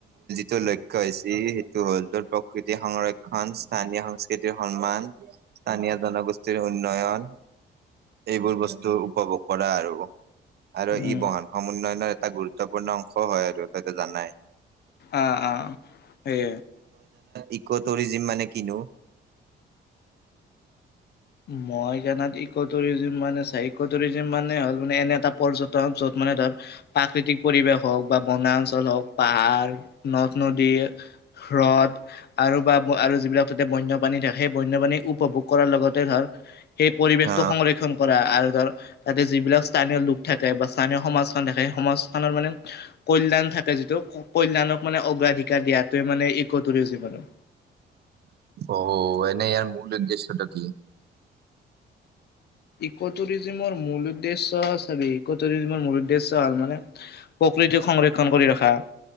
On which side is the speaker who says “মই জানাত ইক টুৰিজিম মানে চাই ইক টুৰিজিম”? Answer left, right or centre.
Left